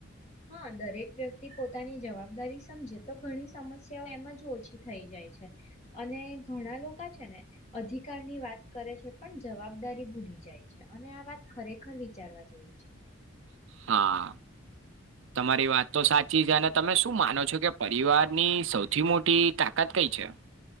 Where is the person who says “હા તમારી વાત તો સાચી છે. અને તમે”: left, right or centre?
Right